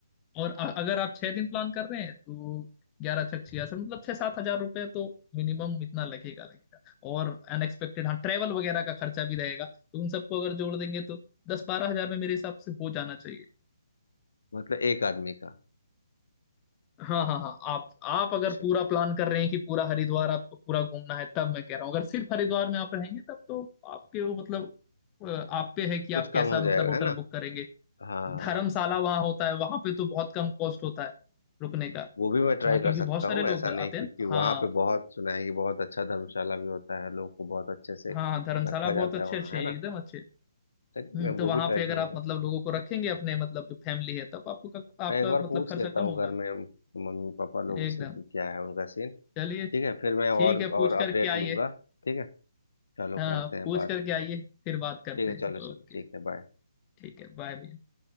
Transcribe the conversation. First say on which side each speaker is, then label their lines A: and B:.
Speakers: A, on the left (about 20°); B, on the left (about 55°).
A: और अ- अगर आप छह दिन प्लान कर रहे हैं तो ग्यारह छह छियासठ मतलब छह सात हजार रुपये तो मिनिमम इतना लगेगा लगेगा और अनएक्सपेक्टेड हाँ ट्रेवल वगैरह का खर्चा भी रहेगा तो उन सबको अगर जोड़ देंगे तो दस बारह हजार में मेरे हिसाब से हो जाना चाहिए
B: मतलब एक आदमी का
A: हाँ हाँ हाँ आप आप
B: अच्छा
A: अगर पूरा
B: अच्छा
A: प्लान कर रहे हैं कि पूरा हरिद्वार आपको पूरा घूमना है तब मैं कह रहा हूँ अगर सिर्फ हरिद्वार में आप रहेंगे तब तो आपके वो मतलब अ, आप पे है कि
B: कुछ
A: आप
B: कम
A: कैसा
B: हो जाएगा
A: मतलब होटल
B: है ना
A: बुक करेंगे
B: हाँ
A: धर्मशाला वहां होता है वहां पे तो बहुत कम कॉस्ट होता है रुकने का
B: वो भी मैं ट्राई
A: वहां क्योंकि
B: कर सकता
A: बहुत सारे
B: हूँ
A: लोग
B: ऐसा नहीं
A: आते
B: क्योंकि
A: हैं ना।
B: वहाँ
A: हाँ
B: पे बहुत सुना है कि बहुत अच्छा धर्मशाला भी होता है लोग को बहुत अच्छे से
A: हाँ धर्मशाला
B: रखा
A: बहुत
B: जाता
A: अच्छे
B: है वहाँ
A: अच्छे
B: है
A: हैं
B: ना
A: एकदम अच्छे हम्म
B: चलिए मैं
A: तो
B: वो
A: वहां
B: भी ट्राई
A: पे
B: करूंगा
A: अगर आप मतलब लोगों को रखेंगे अपने मतलब जो फैमिली है तब आपको आपका
B: मैं एक बार
A: मतलब
B: पूछ
A: खर्चा
B: लेता
A: कम
B: हूँ
A: होगा
B: घर में मम्मी पापा लोगों
A: एकदम
B: से कि क्या है उनका सीन
A: चलिए
B: ठीक है फिर मैं और
A: ठीक है पूछ
B: और
A: करके
B: अपडेट लूंगा
A: आइए
B: ठीक है चलो
A: हाँ
B: करते हैं
A: पूछ
B: बात
A: करके आइए फिर बात करते
B: ठीक है
A: हैं
B: चलो चलो
A: ओके
B: ठीक है बाय
A: ठीक है बाय भैया